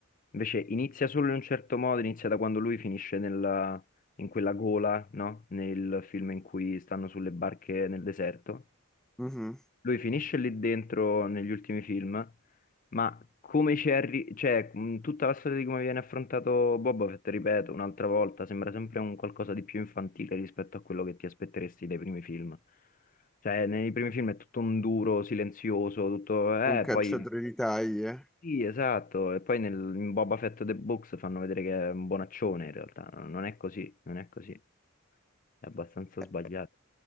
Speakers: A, on the left (about 40°); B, in the centre.
A: Invece inizia solo in un certo modo, inizia da quando lui finisce nella- in quella gola, no? Nel film in cui stanno sulle barche nel deserto
B: Mhm.
A: lui finisce lì dentro negli ultimi film, ma come ci è arri- cioè, mh, tutta la storia di come viene affrontato Boba Fett, ripeto, un'altra volta, sembra sempre un qualcosa di più infantile rispetto a quello che ti aspetteresti dai primi film. Cioè, nei primi film è tutto un duro, silenzioso, tutto... Eh,
B: Un cacciatore
A: poi... Sì.
B: di taglie.
A: Sì, esatto. E poi nel, in Boba Fett The Books fanno vedere che è un bonaccione, in realtà. Non è così, non è così. È abbastanza
B: Eh,
A: sbagliato.